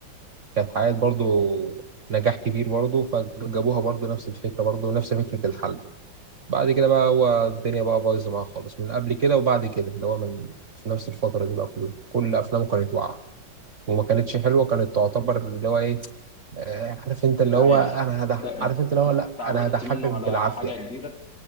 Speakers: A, on the right; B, on the left.
A: كانت حققت برضه نجاح كبير برضه فجابوها برضه نفس الفكره برضه نفس فكره الحلب بعد كده بقى هو الدنيا بقى بايظه معاه خالص من قبل كده وبعد كده اللي هو من في نفس الفتره دي بقى كلها كل افلامه كانت واقعه وما كانتش حلوه كانت تعتبر اللي هو ايه آه، عارف انت اللي
B: العادي
A: هو انا هضحك
B: انت انت
A: عارف انت اللي هو لا
B: اتعودت
A: انا هضحكك
B: منه
A: بالعافيه
B: على حاجة كبيرة